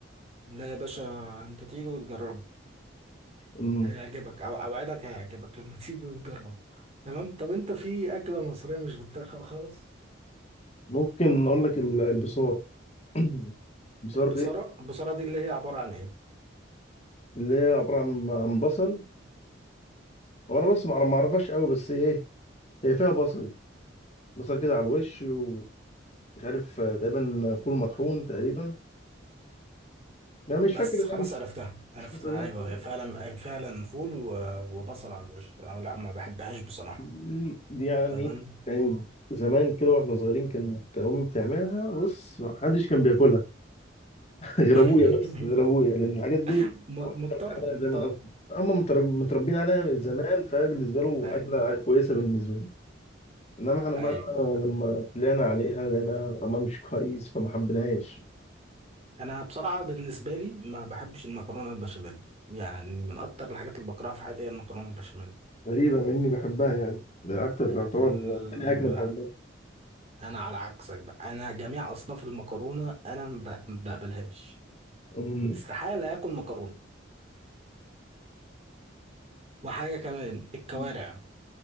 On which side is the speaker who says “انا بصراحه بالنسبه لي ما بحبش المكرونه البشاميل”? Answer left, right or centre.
Right